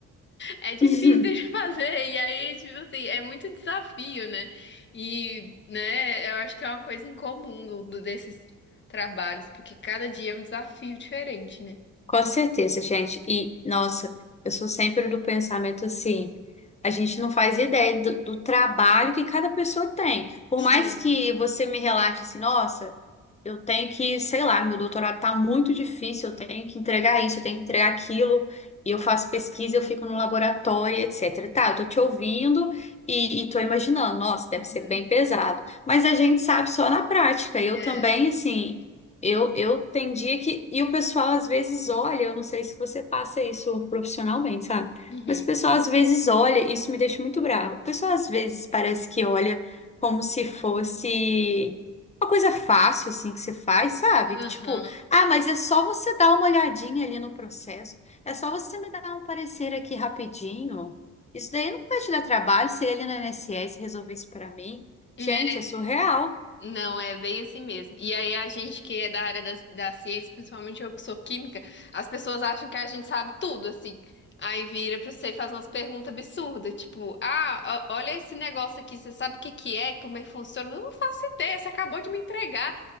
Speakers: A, on the left (about 40°); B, on the left (about 20°).
A: É difícil
B: <laughs>
A: de <laughs> fazer, e aí, tipo assim, é muito desafio, né? E, né, eu acho que é uma coisa em comum do- do- desses trabalhos, porque cada dia é um desafio diferente, né?
B: Com certeza, gente. E, nossa, eu sou sempre do pensamento assim. A gente não faz ideia do, do trabalho que cada pessoa tem. Por
A: Sim,
B: mais que você me relate assim, nossa, eu tenho que, sei lá, meu doutorado tá muito difícil, eu tenho que entregar isso, eu tenho que entregar aquilo, e eu faço pesquisa, eu fico no laboratório, etc. Tá, eu tô te ouvindo
A: sim.
B: e, e tô imaginando, nossa, deve
A: Uhum.
B: ser bem pesado. Mas a gente sabe só na prática. Eu
A: É.
B: também, assim, eu, eu tem dia que. E o pessoal às vezes olha, eu não sei se você passa isso profissionalmente, sabe?
A: Uhum.
B: Mas o pessoal às vezes olha, isso me deixa muito bravo. O pessoal às vezes parece que olha como se fosse uma coisa fácil assim que você faz, sabe? Tipo,
A: Aham.
B: ah, mas é só você dar uma olhadinha ali no processo. É só você me dar um parecer aqui rapidinho. Isso daí não vai te dar trabalho, se ele no INSS resolver isso pra mim. Gente,
A: É,
B: é surreal.
A: Não, é bem assim mesmo. E aí, a gente que é da área da, da ciência, principalmente eu que sou química, as pessoas acham que a gente sabe tudo, assim. Aí vira pra você e faz umas perguntas absurdas, tipo, ah, ó- olha esse negócio aqui, você sabe o que que é, como é que funciona? Eu não faço ideia, você acabou de me entregar.